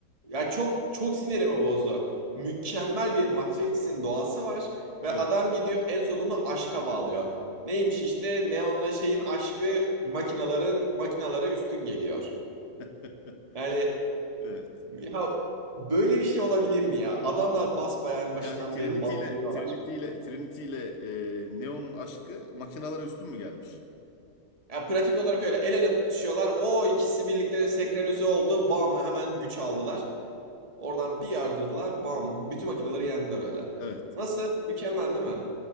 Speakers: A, on the right; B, on the left.
A: ya çok çok sinirimi bozdu. Mükemmel bir Matrix'in doğası var ve
B: Evet.
A: adam gidiyor en sonunu aşka bağlıyor. Neymiş işte Neon'la şeyin aşkı makinaların makinalara üstün geliyor.
B: <laughs>
A: Yani
B: Evet.
A: ya böyle bir şey olabilir mi ya? Adamlar basbayağı en başından
B: Yani Trinity
A: beri bastırıyorlar.
B: ile Trinity ile Trinity ile e, Neo'nun aşkı makinalara üstün mü gelmiş?
A: Ya pratik olarak öyle el ele tutuşuyorlar. O ikisi birlikte senkronize oldu. Bam hemen güç aldılar. Oradan bir yardırdılar. Bam. Bütün makinaları yendiler öyle.
B: Evet.
A: Nasıl? Mükemmel değil mi?